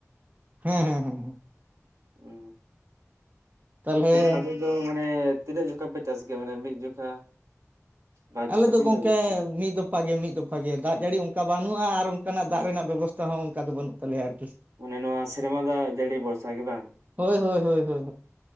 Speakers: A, on the right; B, on the right.
A: ᱦᱮᱸᱼᱦᱮᱸᱼᱦᱮᱸᱼᱦᱮᱸ᱾
B: ᱩ
A: ᱛᱟᱦᱚᱞᱮ
B: ᱟᱯᱮ ᱫᱚ ᱢᱟᱱᱮ ᱛᱤᱱᱟᱹᱜ ᱡᱚᱠᱷᱟ ᱯᱮ ᱪᱟᱥ ᱜᱮᱭᱟ ᱢᱟᱱᱮ ᱢᱤᱫ ᱡᱚᱠᱷᱟ? ᱵᱟᱨ
A: ᱟᱞᱮ
B: ᱡᱚᱠᱷᱟ
A: ᱫᱚ
B: ᱛᱤᱱ
A: ᱜᱚᱝᱠᱮ
B: ᱫᱷᱟᱣ ᱯᱮ ᱪᱟᱥ ᱜᱮᱭᱟ
A: ᱢᱤᱫ ᱫᱚ ᱫᱚᱯᱟᱜᱮ ᱢᱤᱫ ᱫᱚᱯᱷᱟᱮ ᱫᱟᱜᱽ ᱡᱟᱹᱲᱤ ᱚᱱᱠᱟ ᱵᱟᱹᱱᱩᱜᱼᱟ ᱟᱨ ᱚᱱᱠᱟᱱᱟᱜ ᱫᱟᱜᱽ ᱨᱮᱱᱟᱜ ᱵᱮᱵᱚᱥᱛᱷᱟ ᱦᱚᱸ ᱚᱱᱠᱟ ᱫᱚ ᱵᱟᱹᱱᱩᱜ ᱛᱟᱞᱮᱭᱟ ᱟᱨᱠᱤ᱾
B: ᱢᱟᱱᱮ ᱱᱚᱣᱟ ᱥᱮᱨᱢᱟ ᱫᱟ ᱡᱟᱹᱲᱤ ᱵᱷᱚᱨᱥᱟ ᱜᱮ ᱵᱟᱝ?
A: ᱦᱳᱭ ᱦᱳᱭ ᱦᱳᱭ ᱦᱳᱭ